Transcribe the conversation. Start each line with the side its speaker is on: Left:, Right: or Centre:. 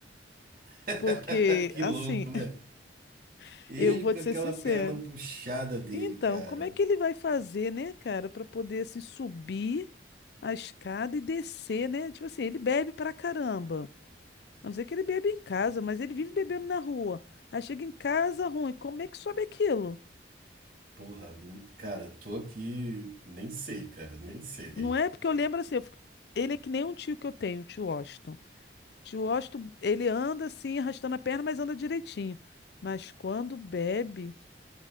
Right: <laughs>
Left: Porque,
Right: Que
Left: assim,
Right: louco, né?
Left: <laughs>
Right: Ele
Left: eu vou
Right: com
Left: te
Right: aquela
Left: ser sincero.
Right: perna puxada dele,
Left: Então,
Right: cara.
Left: como é que ele vai fazer, né, cara, para poder, assim, subir a escada e descer, né? Tipo assim, ele bebe pra caramba. A não ser que ele bebe em casa, mas ele vive bebendo na rua. Aí chega em casa ruim. Como é que sobe aquilo?
Right: Porra, nu- cara, tô aqui, nem sei, cara, nem sei.
Left: Não é? Porque eu lembro assim, eu fico- ele é que nem um tio que eu tenho, o tio Washington. O tio Washington, ele anda assim, arrastando a perna, mas anda direitinho. Mas quando bebe,